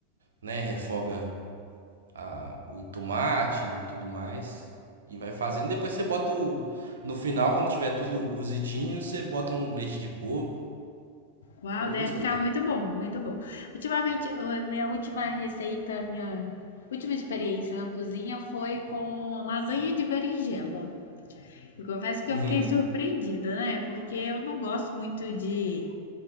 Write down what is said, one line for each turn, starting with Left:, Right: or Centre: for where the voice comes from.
Right: né, refoga a- o tomate e tudo mais e vai fazendo. Depois você bota o, no final, quando tiver tudo cozidinho, você bota um leite de coco.
Left: Uau,
Right: É bem
Left: deve
Right: gostoso.
Left: ficar muito bom, muito bom. Ultimamente, a minha última receita, minha última experiência na cozinha foi com lasanha de berinjela. Eu confesso que
Right: Uhum.
Left: eu fiquei surpreendida, né? Porque eu não gosto muito de